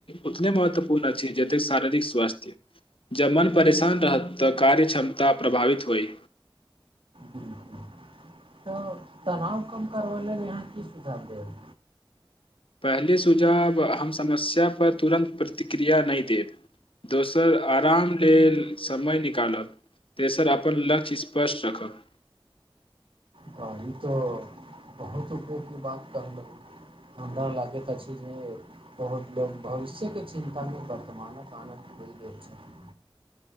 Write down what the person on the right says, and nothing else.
बिल्कुल। तऽ तनाव कम करबै लेल अहाँ की सुझाव देब
तऽ ई तऽ बहुत उपयोगमे बात कहलहुँ हमरा लागैत अछि जे बहुत लोक भविष्यके चिन्तामे वर्तमानक आनन्द बिल दै छथि